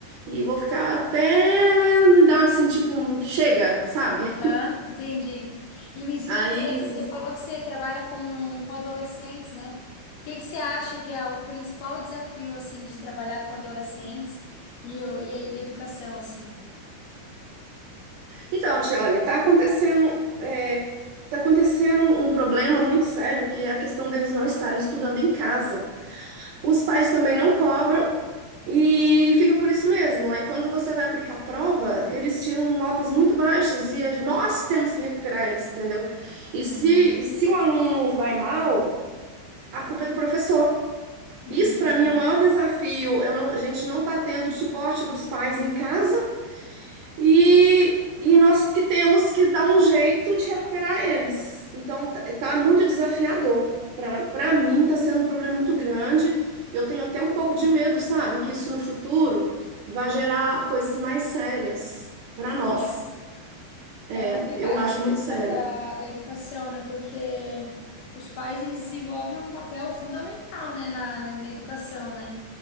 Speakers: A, on the right (about 75°); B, on the left (about 75°).
A: E vou ficar até me dar assim, tipo, um chega, sabe?
B: Hã? Entendi. E me diz
A: Aí
B: uma coisa, você falou que você trabalha com, com adolescentes, né? O que que você acha que é o principal desafio, assim, de trabalhar com adolescentes e, o- e, e educação, assim?
A: Então, Tiane, está acontecendo, é, tá acontecendo um problema muito sério, que é a questão deles não estarem estudando em casa. Os pais também não cobram e fica por isso mesmo. Aí, quando você vai aplicar a prova, eles tiram notas muito baixas e é nós que temos que recuperar eles, entendeu? E
B: Hum,
A: se, e se o aluno vai mal, a culpa é do professor.
B: entendi.
A: Isso, para mim, é o maior desafio. Eu não- a gente não está tendo o suporte dos pais em casa. E, e nós que temos que dar um jeito de recuperar eles. Então, tá, tá muito desafiador. Para para mim, tá sendo um problema muito grande. Eu tenho até um pouco de medo, sabe? Que isso no futuro vai gerar coisas mais sérias para nós.
B: É,
A: É,
B: é complicado
A: eu acho
B: essa
A: muito
B: questão
A: sério.
B: da, da educação, né? Porque os pais, eles desenvolvem um papel fundamental, né, na, na na educação, né?